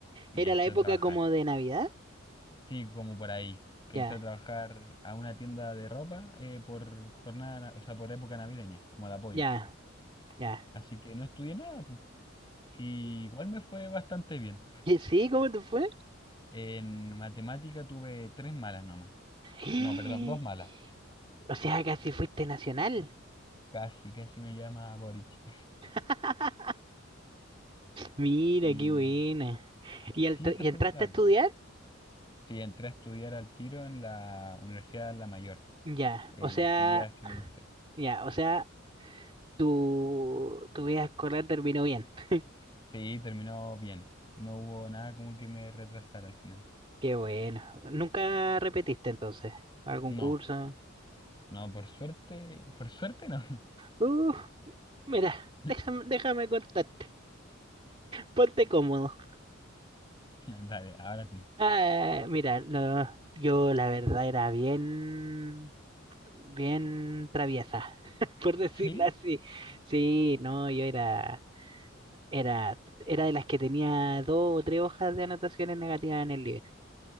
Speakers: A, on the left; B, on the right.
A: Y
B: Era
A: entré
B: la época
A: a trabajar.
B: como de Navidad.
A: Sí, como por ahí. Que
B: Ya,
A: entré a trabajar a una tienda de ropa eh, por jornada, na- o sea, por época navideña, como de apoyo.
B: ya, ya.
A: Así que no estudié nada, pues. Y igual me fue bastante bien.
B: ¿Y sí? ¿Cómo te fue?
A: En matemática tuve tres malas nomás.
B: <gasps>
A: No, perdón, dos malas.
B: O sea, casi fuiste nacional.
A: Casi, casi me llama Boric. <laughs>
B: <laughs> Mira,
A: Y
B: qué buena. ¿Y, al-
A: sí, esa
B: y
A: fue
B: entraste
A: como la época.
B: a estudiar?
A: Sí, entré a estudiar al tiro en la Universidad de La Mayor,
B: Ya,
A: eh,
B: o sea,
A: Ingeniería Civil Industrial.
B: ya, o sea, tu, tu vida escolar terminó bien. <laughs>
A: Sí, terminó bien. No hubo nada como que me retrasara al final.
B: Qué bueno. ¿Nunca repetiste entonces? ¿Algún
A: No,
B: curso?
A: no, por suerte, por suerte no.
B: Uh. Mira,
A: <laughs>
B: déjame, déjame contarte. Ponte cómodo.
A: Dale, ahora tú.
B: Ah, mira, lo- yo la verdad era bien, bien traviesa, <laughs> por decirlo
A: ¿Sí?
B: así.
A: <laughs>
B: Sí, no, yo era, era, era de las que tenía dos o tres hojas de anotaciones negativas en el libro